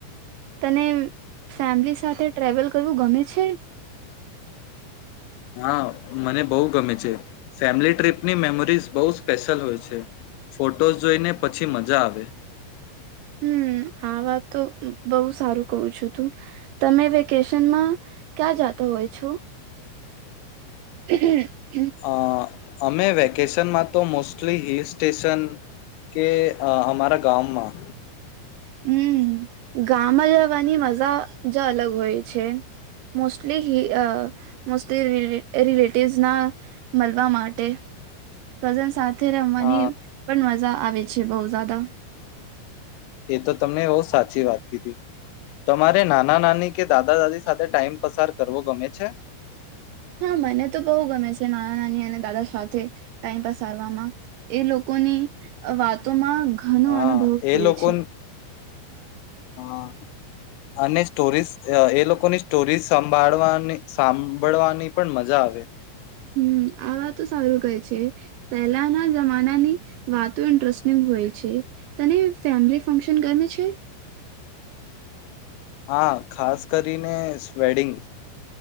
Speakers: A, on the right (about 80°); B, on the left (about 85°).
A: તને ફેમિલી સાથે ટ્રાવેલ કરવું ગમે છે.
B: હા મને બહુ ગમે છે, ફેમિલી ટ્રીપની મેમોરીઝ બહુ સ્પેશિયલ હોય છે, ફોટોઝ જોઈને પછી મજા આવે.
A: હમ્મ આ વાત તો બહુ સારું. <unintelligible> છું, તું તમે વેકેશનમાં ક્યાં જાતો હોય છું. હા હમમ.
B: આ. અમે વેકેશનમાં તો મોસ્ટલી હિલ સ્ટેશન કે આ અમારા ગામમાં.
A: હમ્મ. ગામમાં જવાની મજા જ અલગ હોય છે, મોસ્ટલી હિલ આ મોસ્ટલી રિ રિલેટિવ્સના મળવા માટે કઝન સાથ થે રમવાની
B: અ
A: પણ મજા આવે છે, બહુ જદા.
B: એ તો તમને બહુ સાચી વાત કીધી તમારે નાના નાની કે દાદા દાદી સાથે ટાઈમ પસાર કરવો ગમે છે.
A: હા મને તો બહુ ગમે છે, નાના નાની અને દાદા સાથે ટાઈમ પસારવામાં એ લોકોની વાતોમાં ઘણો
B: હા
A: અનુભવ
B: એ
A: હોય
B: લોકો
A: છે
B: હ અને સ્ટોરીઝ જ એ લોકોની સ્ટોરીઝ સંભાળવાની સાંભળવાની પણ મજા આવે.
A: હમ્મ આ વાતો સારું કહે છે, પહેલાના જમાનાની વાતો ઇન્ટરેસ્ટિંગ હોય છે, તને ફેમિલી ફંક્શન ગમે છે.
B: હા ખાસ કરીને સેવેડિંગ.